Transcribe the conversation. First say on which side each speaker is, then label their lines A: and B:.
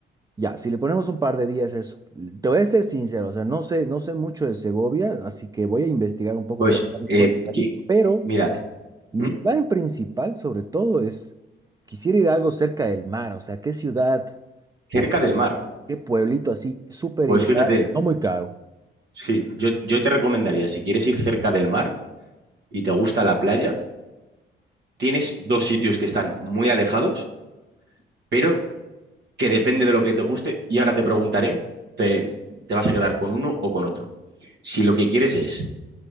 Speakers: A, on the right; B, on the right.
A: Ya, si le ponemos un par de días eso. Te voy a ser sincero, o sea, no sé, no sé mucho de Segovia, así que voy a investigar un poco
B: Pues,
A: qué planes
B: eh,
A: puedo hacer
B: que-
A: ahí. Pero
B: mira,
A: mi
B: ¿Mm?
A: plan principal, sobre todo, es quisiera ir a algo cerca del mar, o sea, qué ciudad
B: cerca
A: o
B: del mar.
A: qué pueblito así súper
B: Pues
A: ideal,
B: fíjate,
A: no muy caro.
B: sí, yo, yo te recomendaría, si quieres ir cerca del mar, y te gusta la playa, tienes dos sitios que están muy alejados, pero que depende de lo que te guste. Y ahora te preguntaré, te, te vas a quedar con uno o con otro. Si lo que quieres es